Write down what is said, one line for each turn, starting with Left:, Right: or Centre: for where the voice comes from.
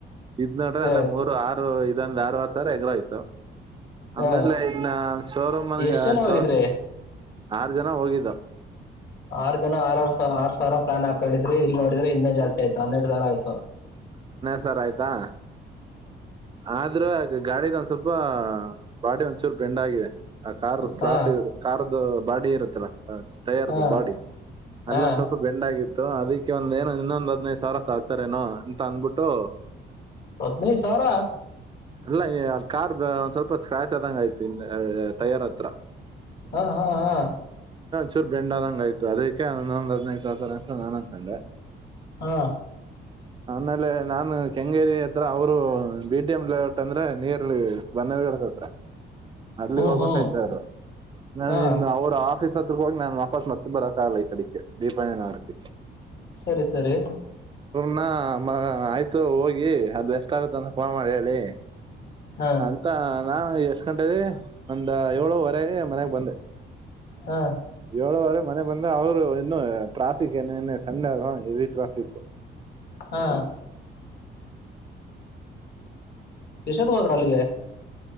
Right: ಇದ್ ನೋಡ್ರೆ
Left: ಹ
Right: ಅಲ್ಲೇ ಮೂರು ಆರು ಇದೊಂದ್ ಆರುವರೆ ಸಾವಿರ ಎಗ್ರೋಯ್ತು.
Left: ಹ
Right: ಆಮೇಲೆ ಇದನ್ನ ಶೋರೂಮ್ನಗೆ
Left: ಎಷ್ಟ್ ಜನ ಹೋಗಿದ್ರಿ
Right: ಶೋ ಆರ್ ಜನ ಹೋಗಿ ದು
Left: ಆರ್ ಜನ ಆರ್ ಆರ್ ಆರ್ ಸಾವಿರ ಪ್ಲಾನ್ಕೊಂಡಿದ್ರಿ ಇಲ್ಲಿ ನೋಡುದ್ರೆ ಇನ್ನ ಜಾಸ್ತಿ ಆಯತು ಆನ್ನೆರಡು ಸಾವಿರ ಆಯಿತ್ತು
Right: ಸರ್ ಆಯ್ತಾ ಆದ್ರ ಅ ಗಾಡಿದವ ಸ್ವಲ್ಪ ಬಾಡಿ ಒಂಚೂರು ಬೆಂಡ ಆಗಿದೆ ಆ ಕಾರ್ ಸ್ಲಾರ್ಟ್
Left: ಹಾ
Right: ಕಾರ್್ದ ಬಾಡಿ ಇರುತ್ತಲ್ಲ ತಯಾರ್ದು
Left: ಹಾ
Right: ಬಾಡಿ ಅಲ್ಲೊಂದ್
Left: ಹಾ
Right: ಸ್ವಲ್ಪ ಬೆಂಡ್ ಆಗಿತ್ತು ಅದಕ್ಕೆ ಒಂದ ಏನು ಇನ್ನೊಂದ ಹದಿನೈದು ಸಾವಿರ ಕಲತೇರೇನೋ ಅಂತ ಅಂದಬಿಟ್ಟು
Left: ಹದನೈದು ಸಾವರ
Right: ಅಲ್ಲ ಅ ಕರ್ದು ಒಂದ್ ಸ್ವಲ್ಪ ಸ್ಕ್ರಾಚ್ ಆದಂಗ ಆಯ್ತಿ ಇಲೇ ಹೆ ಟಯರ್ ಹತ್ರ
Left: ಹಾ ಹಾ ಹಾ
Right: ಚುರ್ ಬೆಂಡದಂಗ ಆಯತು ಅದಕ್ಕೆ ಇನ್ನುದು ಹದಿನೈದು <unintelligible> ಅಂತ ನಾನ ಅಂಕಂಡೆ
Left: ಹಾ
Right: ಆಮೇಲೆ ನಾನು ಕೆಂಗೇರಿ ಹತ್ರ ಅವರು ಬಿ ಟಿ ಎಮ್ ಲೇಹುಟ್ ಅಂದ್ರೆ ನೀರ್ಲ್ಲಿ <unintelligible> ಅಲ್ಲಿಗ್
Left: ಹ್ಮ್
Right: ಹೋಗ್ಬೇಕಾಯ್ತ್ರ
Left: ಹ್ಮ್
Right: ನಾನನ್
Left: ಹಾ
Right: ಅವ್ರ ಆ ಆಫೀಸ್ ಹತ್ರ ಹೋಗಿ ನಾನನ್ ವಫಪಸ್ ಮತ್ತ ಬರಕಗಲ್ಲ ಈ ಕಡೆಕ್ಕೆ ದೀಪಾಯಂತ್ರಿ
Left: ಸರಿ ಸರಿ
Right: ನ ಆಯ್ತು ಹೋಗಿ ಅದ ಎಷ್ಟ ಆಾಗುತ್ತ ಅಂತ ಫೋನ್ ಮಾಡಿ ಹೇಳಿ
Left: ಹಾ
Right: ಅಂತ ನಾ ಎಷ್ಟ್ ಗಂಟೆಗೆ ಒಂದ ಏಳುವರೆಗ್ ಮನೆಗ್ ಬಂದೆ
Left: ಹಾ
Right: ಏಳುವರೆ ಮನೆ ಬಂದೆ ಅವ್ರು ಇನ್ನು ಟ್ರಾಫಿಕ್ ಏನ ಏನ್ ಸಂಡೆ ಅಲ್ವಾ ಹೆವಿ ಟ್ರಾಫಿಕು
Left: ಹಾ ಚದು ಹೋದ್ರ ಅಲ್ಲಿಗೆ